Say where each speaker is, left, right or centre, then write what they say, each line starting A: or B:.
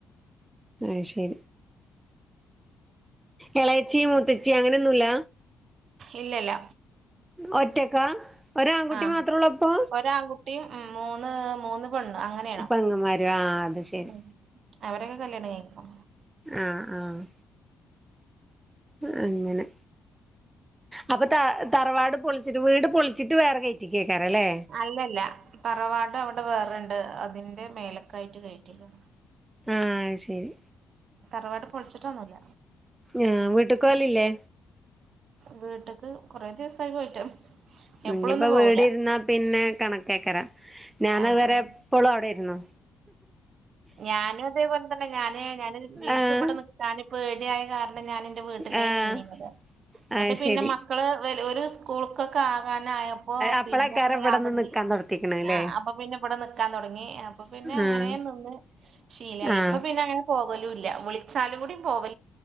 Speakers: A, on the right; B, on the right.
A: അയ്ശരി. എളെയെച്ചി മൂത്തെച്ചി അങ്ങനെ ഒന്നും ഇല്ല
B: ഇല്ല ഇല്ല
A: ഒറ്റക്കാ? ഒര് ആങ്കുട്ടി
B: ആഹ്
A: മാത്രോള്ളു അപ്പൊ?
B: ഒരാൺകുട്ടിയും ഉം മൂന്ന് മൂന്ന് പെണ്ണ് അങ്ങനെയാണ്
A: പെങ്ങമ്മാരും ആഹ് അത് ശെ ശരി
B: ഉം അവരൊക്കെ കല്യാണം കഴ്ഞ്ഞോ?
A: ആഹ് ആഹ് ആഹ് അങ്ങനെ അപ്പ ത തറവാട് പൊളിച്ചിട്ട് വീട് പൊളിച്ചിട്ട് വേറെ കെയ്റ്റിക്കെക്കാരം ലെ
B: അല്ല അല്ല തറവാട് അയടെ വേറെ ഇണ്ട് അതിന്റെ മേലക്കായിറ്റ് കെയ്റ്റിക്ക്ണ്
A: ആഹ് അഹ് ശെരി
B: തറവാട് പൊൾച്ച്ട്ടൊന്നും ഇല്ല
A: ഞാ വീട്ട്ക്ക് പോവെൽ ഇല്ലെ
B: വീട്ട്ക്ക് കൊറെ ദിവസായി പോയിട്ട് എപ്പളൊന്നും
A: ഇഞ്ഞ് ഇപ്പം
B: പോവൂല
A: വീട് ഇരുന്നാ പിന്നെ കണക്കെയ്ക്കാരം ഞാൻ
B: ആഹ്
A: അയ് വെരെ
B: ആഹ്
A: ഇപ്പെളും അയുടെ ഇര്ന്നോ
B: ഞാനും അതേപോലെ തെന്നെ ഞാന് ഞാന് ഇൻക്
A: ആഹ്
B: ഇബെടെ നിക്കാന് പേടിയായ കാരണം ഞാൻ ഇന്റെ വീട്ടിലെ
A: ആഹ്
B: നിന്നിനെത് ഇന്നെട്ട്
A: അത്
B: പിന്നെ
A: ശരി
B: മക്കെൾ വെല് ഓൽ സ്കൂ ക്കൊക്കെ ആവാനായപ്പം
A: അപ്പളേക്കാരം
B: പിന്നെ പോയ
A: ഇവിടെന്ന്
B: അവെടിം
A: നിക്കാൻ തൊടത്തിക്ക്ണല്ലേ
B: ആഹ് അപ്പ പിന്നെ ഇബെടെ നിക്കാ തൊടങ്ങി അപ്പ പിന്നെ അങ്ങനെ
A: ആഹ്
B: നിന്ന് ശീലായി
A: ആഹ്
B: ഇപ്പ പിന്നെ അങ്ങെനെ പോകലും ഇല്ല വിൾച്ചാലും കൂടി പോവെ